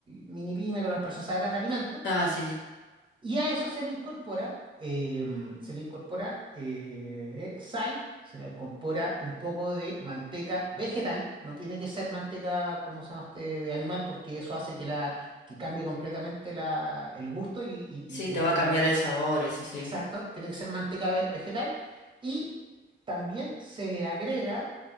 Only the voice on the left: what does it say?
Ah, sí, sí.
Sí, te
va
a cambiar
el
sabor, eso sí.